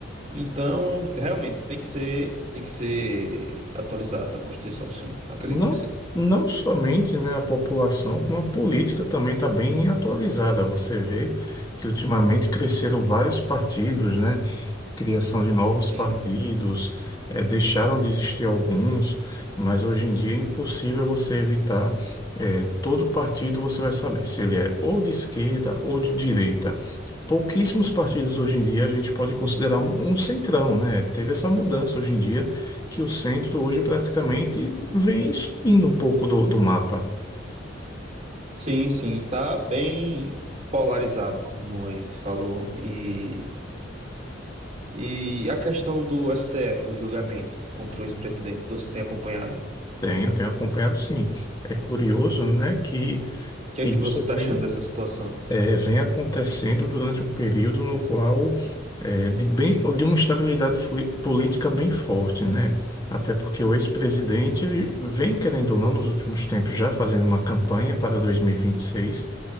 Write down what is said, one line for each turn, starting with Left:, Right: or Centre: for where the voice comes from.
Right: Então, realmente tem que ser, tem que ser atualizada a Constituição, sim. Acredito
Left: Não,
Right: que sim.
Left: não somente, né, a população, como a política também está bem atualizada. Você vê que ultimamente cresceram vários partidos, né? criação de novos
Right: Sim,
Left: partidos, eh, deixaram de existir alguns, mas hoje em dia é impossível você evitar. eh, todo partido você vai saber se ele é ou de esquerda ou de direita. Pouquíssimos partidos hoje em dia a gente pode considerar um, um centrão, né? Teve essa mudança hoje em dia que o centro hoje praticamente vem sumindo um pouco do, do mapa.
Right: sim, sim, tá bem polarizado, como a gente falou, e E a questão do STF, o julgamento contra o ex-presidente, você tem acompanhado?
Left: Tenho, tenho acompanhado, sim. É curioso, né, que
Right: O que é
Left: isso
Right: que você está
Left: vem
Right: achando dessa situação?
Left: eh, vem acontecendo durante um período no qual eh, de bem, de uma estabilidade fli- política bem forte, né? Até porque o ex-presidente ele vem, querendo ou não, nos últimos tempos já fazendo uma campanha para 2026.